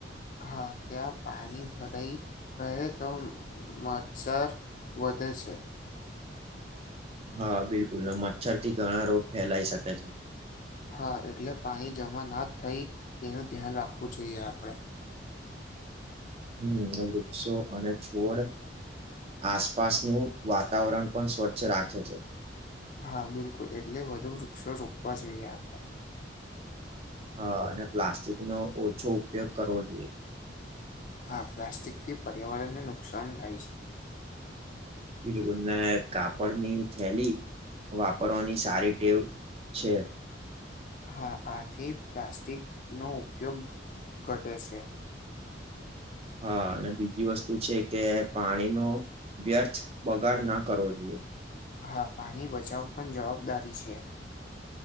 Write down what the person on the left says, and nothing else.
હા તયા પાણી ભરાય રહે તો મચછર વધે છે.
હા એટલે પાણી જમા ના થઈ તેનું ધ્યાન રાખવું જોઈએ આપડે
હા બિલકુલ એટલે વધુ વૃક્ષો રોપવા જોઈએ આપડે
હા પ્લાસ્ટિકથી પર્યાવરણને નુકસાન થાય છે.
હા આથી પ્લાસ્ટિકનો ઉપયોગ ઘટે છે.
હા પાણી બચાવ પણ જવાબદારી છે.